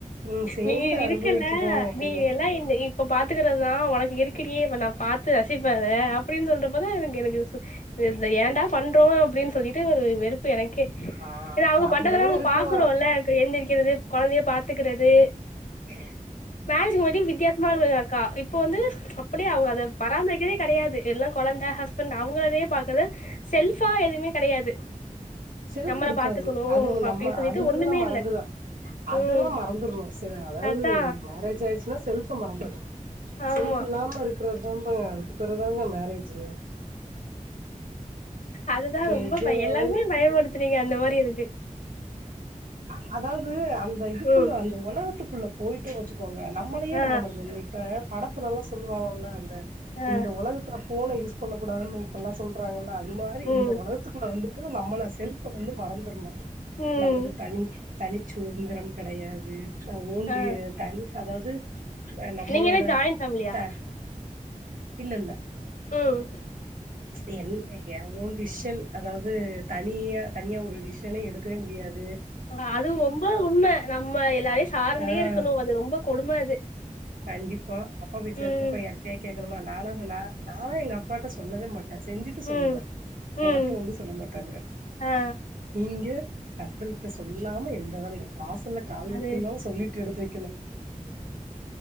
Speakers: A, on the right; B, on the left.
A: ம் சேந்து
B: நீ இருக்கல்ல
A: அனுபவிக்குவோ அப்டின்னு
B: நீ எல்லா இந்த இப்ப பாத்துக்கறதுதா ஒனக்கு இருக்குடி இப்ப நாப் பாத்து ரசிப்பே அத அப் ப்டின் சொல்றப்பதா எனக்கு எனக்கு இது சு இத ஏண்டாப் பண்றோ அப்டின் சொல்லிட்டு ஒரு வெறுப்பு எனக்கே
A: ஆ
B: எனா
A: அது
B: அவுங்கப்
A: அப்டித்தாங்க
B: பண்றதெலா நம
A: இருக்கு
B: பாக்குறோல்ல இக் எந்திரிக்கிறதுக் கொழந்தையப் பாத்துகிறது
A: உ <inaudible>
B: மேரேஜ்க்கு முனாடி வித்தியாசமா இருக்கு எங்க அக்கா இப்போ வந்து அப்டியே அவுக அதப் பராமரிக்கதே கெடையாது எல்லாங் கொழந்த ஹஸ்பண்ட் அவுங்களதையேப் பாக்கது செஃல்பா எதுவுமேக் கெடையாது
A: செஃல்ப்
B: நம்மள
A: இருக்காது
B: பாத்துக்கணு
A: அதுவு நம்ம
B: அப்படின்னு சொல்லிட்டு
A: அந்த
B: ஒண்ணுமே
A: இதுலாம் மறந்துறா
B: இல்ல.
A: அதெல்லாம்
B: ம்.
A: மறந்துருணு செரியா அதாவ்து
B: அதா.
A: மே மேரேஜ் ஆயிர்ச்சுனா செல்ஃப மறந்துருணு
B: ஆமா.
A: செஃல்ப் இல்லாம இருக் கிறதாம்ப்பே அதுக்கப்புறதாங்க மேரேஜூ
B: அதுதா
A: நெஜமாவே
B: ரொம்ப பய எல்லாருமே பயம்படுத்துறீங்க அந்த மாரி இருக்கு
A: அ அதாவ்து அந்த இதுக்குள்ள
B: ம்.
A: அந்த ஒலகத்துக்குள்ளப் போய்ட்டோ வெச்சுக் கோங்க நம்மளயே
B: ஆ.
A: நம்ம மறந்துன்னு இப்ப படத்துலலா சொல்லுவாங்கல்ல அந்த
B: ஆ.
A: இந்த ஒலகத்துல ஃபோன யூஸ் பண்ணகூடாதுன்னு இப்பல்லா சொல்றாங்கல்ல அது மாரி
B: ம்.
A: இந்த ஒலகத்துகுள்ள வந்துட் த்தா நம்மள செஃல்ப வந்து மறந்துர்ணு
B: ம்.
A: நம்ளுக்கு தனி தனிச் சுதந்திரம் கெடையாது த ஓண்ட்டி
B: ஆ.
A: தனி அதாவ்து ந நம்மளோட
B: நீங்க என்ன ஜாயிண்ட் ஃபேமிலியா?
A: த
B: <inaudible>
A: இல்லல்ல
B: ம்
A: என் ஏ ஓன் டிஷ்ஷன் அதாவ்து தனியா தனியா ஒரு டிஷ்ஷனே எடுக்கவே முடியாது
B: ஆ அது ரொம்ப உண்ம நம்ம எல்லாரையு சார்ந்தே
A: ஆ
B: இருக்குணு அது ரொம்பக் கொடும அது
A: கண்டிப்பா அப்பா வீட்ல
B: ம்.
A: இருக்கிறப்ப யாருகிட்டியேக் கேக்கணுமா நாலாக நா நாலா எங்க அப்பாட்ட சொல்லவே மாட்டே செஞ்சிட் ட்டு சொல்லுவே
B: ம்.
A: எங்க
B: ம்.
A: அப்பா ஒன்னு சொல்ல மாட்டாங்க
B: ஆ.
A: இங்க ஹஸ்பண்ட் கிட்ட சொல்லாம எந்த வேலையு வாசல்லக் கால் வெக்கில்னாலு
B: அது.
A: சொல்லிட்டு எடுத்து வெக்கணு